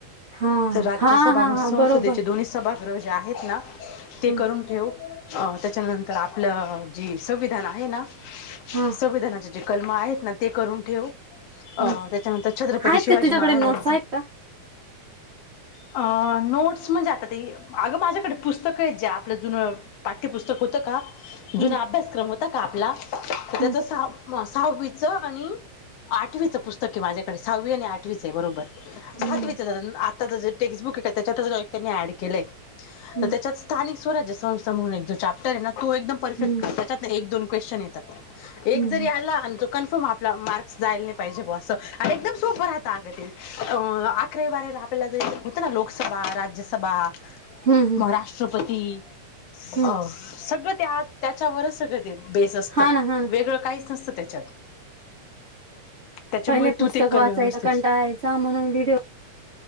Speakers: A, on the right; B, on the left.
A: हा
B: राज्यसभा
A: हा हा
B: म्हणजे
A: हा
B: संसदेचे
A: बरोबर
B: दोन्ही सभागृह जे आहेत. ना ते
A: ह
B: करून ठेव. अ त्याच्यानंतर आपलं जे संविधान आहे. ना संविधानाचे
A: हा
B: जे कलम आहेत. ना ते करून ठेव. अ
A: ह
B: त्याच्यानंतर छत्रपती
A: आहेत
B: शिवाजी
A: का तुझ्याकडे
B: महाराजांचा.
A: नोट्स आहेत का
B: अ नोट्स म्हणजे आता ते. अगं माझ्याकडे पुस्तकं आहेत जे आपलं जुन पाठ्यपुस्तक. होत का जूना
A: हम्म
B: अभ्यासक्रम होता का आपला. तर त्याचा
A: हम्म
B: सहावी. सहावीचं आणि आठवीचं पुस्तक आहे माझ्याकडे. सहावी आणि आठवीच आहे. बरोबर
A: हम्म
B: सातवीच जरा जे टेक्स्टबुक आहेत त्याच्यात त्यांनी ऍड केलंय.
A: हम्म
B: त त्याच्यात स्थानिक स्वराज्यसंस्था म्हणून एक जो चॅप्टर आहे. ना तो एकदम परफेक्ट
A: हम्म
B: कर त्याच्यात एक दोन क्वेशंन येतात. एक
A: हम्म
B: जरी आला अन्. कन्फर्म आपला मार्क्स जायला नाही पाहिजे. बुवा अस आणि एकदम सोप राहत आग ते. अकरावी बारावीला आपल्याला जे होतं ना. लोकसभा राज्यसभा.
A: हम्म हम्म
B: म राष्ट्रपती.
A: हम्म.
B: अ सगळं त्या त्याच्यावरच सगळं ते बेस असतं.
A: हा ना हा ना
B: वेगळं काहीच नसतं त्याच्यात. त्याच्यामुळे
A: पहिले पुस्तक
B: तू ते कर
A: वाचायचा
B: व्यवस्थित.
A: कंटाळायचा म्हणून व्हिडिओ